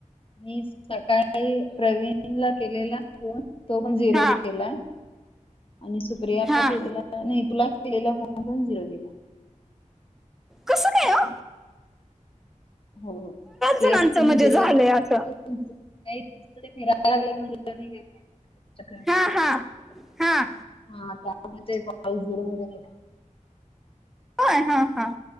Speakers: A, on the left (about 45°); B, in the centre.
A: मी सकाळी प्रवीण ला केलेला फोन तो पण झिरो
B: हा
A: गेलाय. आणि सुप्रियाला
B: हा
A: केलेला नाही तुला केलेला फोन पण झरोे
B: कस काय ओ?
A: हो ते
B: जणांचं
A: तुम्ही
B: म्हणजे
A: देरोज
B: झालंय
A: <unintelligible>
B: असं
A: तु नाही तुम फिरायला लागलं म्हलं नाही ग च <unintelligible>
B: हा हा हा
A: हा त्या पा जररला <unintelligible>
B: होय हा हा